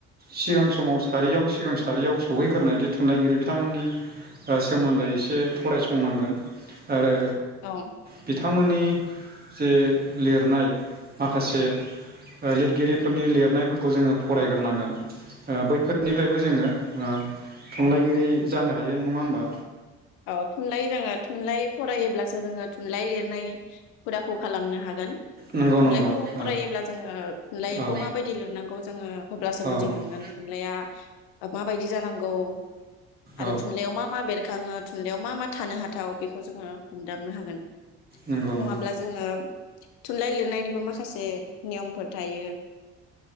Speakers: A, on the right; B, on the left.
A: सिगां समाव सारियाव सिगां सारियाव सौहैगोरनायदि थुनलाइगिरि बिथांमोननि ओ सोमोन्दै से फरायसंनांगोन। आरो।
B: औ
A: बिथांमोननि। इ जे लिरनाय माखासे ओ लिदगिरिफोरनि लिरनायफोरखौ जोङो फरायगोरनांगोन ओ बैफोरनिफ्रायबो जोङो ओ थुनलाइगिरि
B: औ
A: जानो हायो नङा होमबा
B: औ थुनलाइ जोङो <unintelligible> थुनलाइ फरायोब्लासो जोङो थुनलाइ लिरनाय हुदाखौ खालामनो हागोन
A: नंगौ
B: थुनलाइखौ
A: नंगौ
B: फरायोब्ला
A: औ
B: जोङो थुनलाइखौ
A: औ
B: माबायदि लिरनांगौ जोङो अब्लासो
A: औ
B: बुजि मोनगोन थुनलाइया। ओ माबायदि जानांगौ। औ आरो
A: औ
B: थुनलाइयाव मा मा बेरखाङो थुनलाइयाव मा मा थानो हाथाव बेखौ जोङो उम। दांनो हागोन।
A: नंगौ
B: नङाब्ला
A: नंगौ
B: जोङो थुनलाइ लिरनायनिबो माखासे नियमफोर थायो।